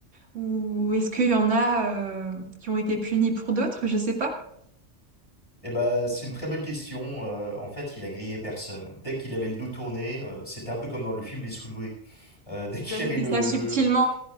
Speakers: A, on the right (about 80°); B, on the left (about 25°).
A: ou est-ce qu'il y en a, euh, qui ont été punis pour d'autres? Je sais pas.
B: Eh ben, c'est une très bonne question. Euh, en fait, il a grillé personne. Dès qu'il avait le dos tourné, euh, c'était un peu comme dans le film Les Sous-Doués. Euh, dès qu'il
A: Vous avez
B: avait
A: fait
B: le,
A: ça subtilement.
B: le,